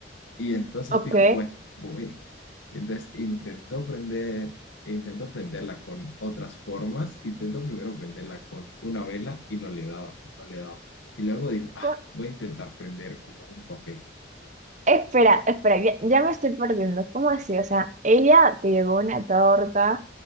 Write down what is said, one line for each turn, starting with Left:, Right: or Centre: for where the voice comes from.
Left: Y entonces
Right: ok.
Left: dijo, bueno, voy. Entonces intentó prender, intentó prenderla con otras formas, intentó primero prenderla con una vela y no le daba, y no le daba. Y luego dijo, ah,
Right: Co-
Left: voy a intentar prender como un papel.
Right: Espera, espera, ya, ya me estoy perdiendo. ¿Cómo así? O sea, ella te llevó una torta